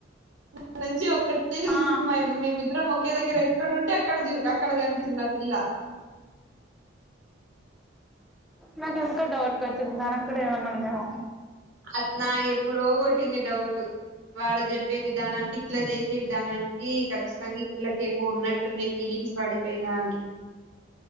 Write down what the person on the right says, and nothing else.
<unintelligible> నుంచి ఒకటే చూస్తుంది
మయం మేం ఇద్దరం ఒకే దగ్గర ఎక్కడుంటే అక్కడ జు అక్కడ కనిపిస్తది. ఆ పిల్ల
అద్ నా ఎప్పుడో కొట్టింది డౌటు. వాడు చెప్పే విధానానికి, ఈ పిల్ల చేసే విధానానికి, ఖచ్చితంగా ఈ పిల్లకి ఏమో ఉన్నట్టున్నాయి ఫీలింగ్స్ వాడి పైన అని.